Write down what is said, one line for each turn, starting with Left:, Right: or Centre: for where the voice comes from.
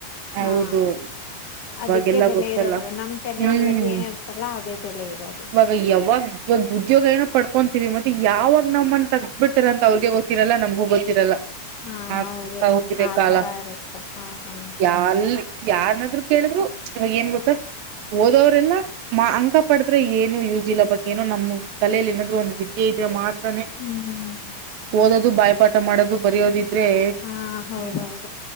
Right: ಹೌದು
Left: ಹಾ
Right: ಇವಾಗೆಲ್ಲ
Left: ಅದಕ್ಕೆ ಬೆಲೆ
Right: ಗೊತ್ತಲ್ಲ
Left: ಇರೋದು ನಮ್ ತಲೆಯೊಳಗೆ
Right: ಹ್ಮ್
Left: ಏನ್ ಇರ್ತಲ್ಲ ಅದೇ ಬೆಲೆ ಇರೋದು
Right: ಇವಾಗ ಯಾವಾಗ ಇವಾಗ ಉದ್ಯೋಗ ಏನ ಪಡ್ಕೊಂತೀರಿ ಮತ್ತೆ ಯಾವಾಗ ನಮ್ಮನ್ ತಗಿ ಬಿಡ್ತ ಅ ಅವ್ರಗ ಗೊತ್ತಿರಲ್ಲ ನಮಗೂ ಗೊತ್ತಿರಲ್ಲ
Left: ಹಾ
Right: ಆಗ್ತಾ
Left: ಹೌದು
Right: ಹೋಗಿದೆ
Left: ಆ
Right: ಕಾಲ
Left: ತರ ಇರುತ್ತ ಹಾ ಹಾ
Right: ಯಾಲ್ ಯಾರನಾದ್ರು ಕೇಳಿದ್ರು ಇವಾಗ ಏನ್ ಗೊತ್ತ ಓದವರೆಲ್ಲ ಅಂಕ ಪಡದ್ರೆ ಏನು ಯೂಸ್ ಇಲ್ಲ ಬಟ್ ಏನೋ ನಮ್ಮ್ ತಲೆಯಲ್ಲಿ ನಾದ್ರು ಒಂದು ವಿದ್ಯೆ ಇದ್ರೆ ಮಾತ್ರ
Left: ಹ್ಮ್ ಹ್ಮ್
Right: ಓದೋದು ಬಾಯಪಟ್ಟ ಮಾಡೋದು ಬರಯೋದ <inaudible>
Left: ಹಾ ಹೌದೌದು